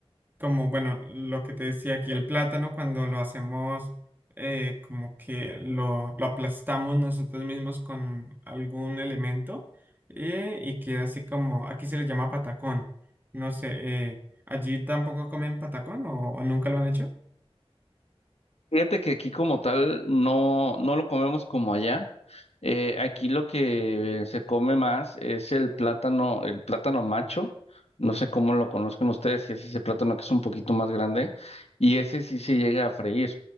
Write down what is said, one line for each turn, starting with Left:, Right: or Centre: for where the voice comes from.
Right: como bueno, lo que te decía aquí, el plátano cuando lo hacemos eh, como que lo, lo aplastamos nosotros mismos con algún elemento eh, y queda así como, aquí se le llama patacón. No sé, eh, ¿allí tampoco comen patacón o, o nunca lo han hecho?
Left: Fíjate que aquí como tal no, no lo comemos como allá. Eh, aquí lo que se come más es el plátano, el plátano macho. No sé cómo lo conozcan ustedes, si es ese plátano que es un poquito más grande. Y ese sí se llega a freír.